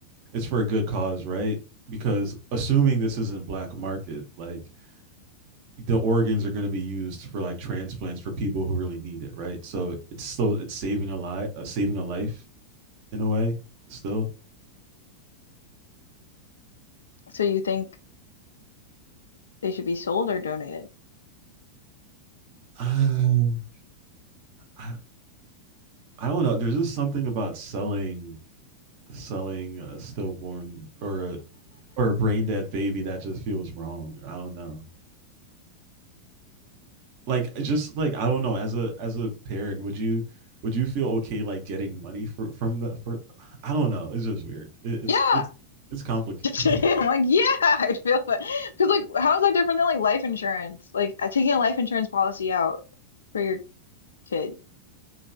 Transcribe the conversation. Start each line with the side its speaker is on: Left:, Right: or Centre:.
Right: it's for a good cause, right? Because assuming this isn't black market, like the organs are going to be used for like transplants for people who really need it, right? So it's still it's saving a life, uh, saving a life in a way. Still,
Left: So you think they should be sold or donated? <laughs>
Right: um, I I don't know. There's just something about selling selling a stillborn or a or a brain dead baby that just feels wrong. I don't know. Like just like I don't know. As a as a parent, would you would you feel okay like getting money for from the for? I don't know. It's just weird. It, it's
Left: Yeah, <laughs>
Right: it's it's complicated. <laughs>
Left: I'm like, yeah, I'd feel that. Because, like, how is that different than like life insurance? Like, uh, taking a life insurance policy out for your kid.